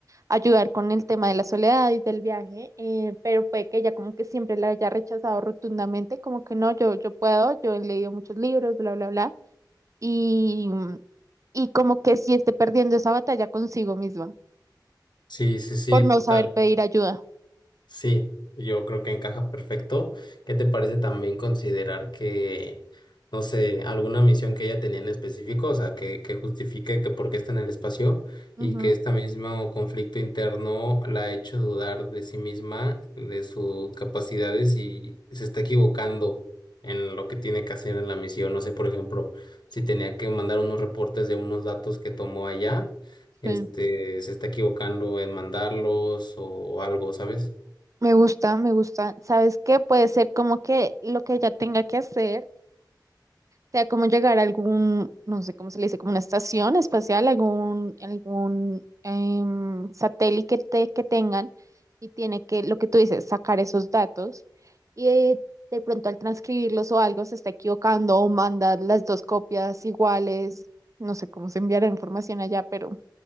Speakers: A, on the right; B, on the left.
A: ayudar con el tema de la soledad y del viaje, eh, pero puede que ella como que siempre la haya rechazado rotundamente, como que no, yo, yo puedo, yo he leído muchos libros, bla, bla, bla y, y como que sí esté perdiendo esa batalla consigo misma
B: sí, sí, sí,
A: por no
B: total.
A: saber pedir ayuda.
B: Sí, yo creo que encaja perfecto. ¿Qué te parece también considerar que, no sé, alguna misión que ella tenía en específico, o sea, que, que justifique que por qué está en el espacio
A: Ujú,
B: y que este mismo conflicto interno la ha hecho dudar de sí misma, de sus capacidades y se está equivocando en lo que tiene que hacer en la misión? No sé, por ejemplo, si tenía que mandar unos reportes de unos datos que tomó allá, este,
A: sí.
B: se está equivocando en mandarlos o algo, ¿sabes?
A: Me gusta, me gusta. ¿Sabes qué? Puede ser como que lo que ella tenga que hacer. sea como llegar a algún, no sé cómo se le dice, como una estación espacial, algún, algún em, satélite que, te- que tengan y tiene que, lo que tú dices, sacar esos datos y eh, de pronto al transcribirlos o algo se está equivocando o manda las dos copias iguales, no sé cómo se enviará información allá, pero